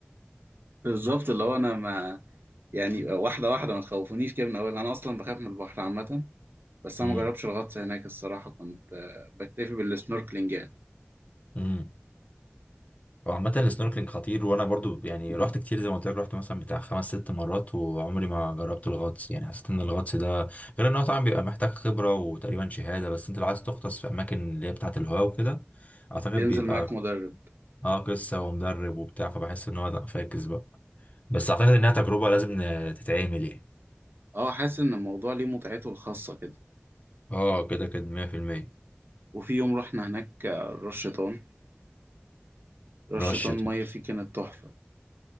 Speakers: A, on the right; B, on the left.
A: بالظبط اللي هو أنا ما يعني واحدة واحدة ما تخوفونيش كده من أول أنا أصلا بخاف من البحر عامة بس
B: <laughs>
A: أنا مجربش الغطس هناك الصراحة كنت آه، بكتفي بالسنوركلينج يعني
B: امم هو عامة السنوركلينج خطير وانا برضو يعني رحت كتير زي ما قلت لك رحت مثلا بتاع خمس ست مرات وعمري ما جربت الغطس يعني حسيت ان الغطس ده غير ان هو طبعا بيبقى محتاج خبرة وتقريبا شهادة بس انت لو عايز تغطس في اماكن اللي هي بتاعة الهواء وكده اعتقد
A: بينزل
B: بيبقى
A: معاك مدرب
B: اه قصة ومدرب وبتاع فبحس ان هو لا فاكس بقى بس اعتقد انها تجربة لازم ن- تتعمل يعني
A: اه حاسس ان الموضوع ليه متعته الخاصة كده
B: اه كده كده 100%
A: وفي يوم رحنا هناك آه، راس شيطان راس
B: رشة
A: شيطان مية فيه كانت تحفة